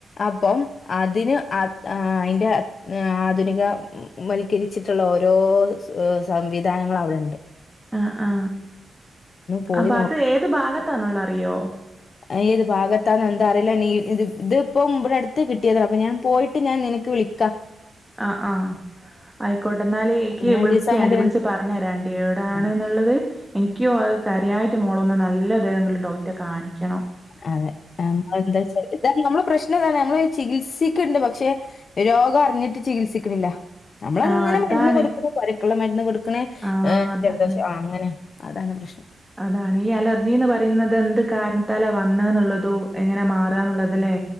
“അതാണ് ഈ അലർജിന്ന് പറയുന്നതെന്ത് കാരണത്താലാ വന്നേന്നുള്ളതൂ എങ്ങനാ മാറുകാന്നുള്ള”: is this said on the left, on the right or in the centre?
Centre